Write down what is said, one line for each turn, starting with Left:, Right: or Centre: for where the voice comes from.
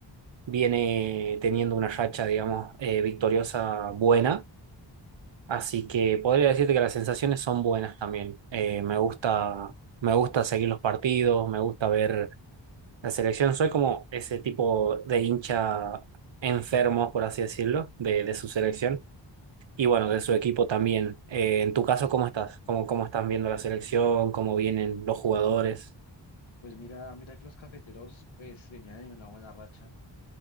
Right: Viene teniendo una racha, digamos, eh, victoriosa buena. Así que podría decirte que las sensaciones son buenas también. Eh, me gusta, me gusta seguir los partidos, me gusta ver la selección. Soy como ese tipo de hincha enfermo, por así decirlo, de, de su selección y bueno, de su equipo también. Eh, en tu caso, ¿cómo estás? ¿Cómo, cómo están viendo la selección? ¿Cómo vienen los jugadores?
Left: Pues mira, mira que los cafeteros pues venían en una buena racha,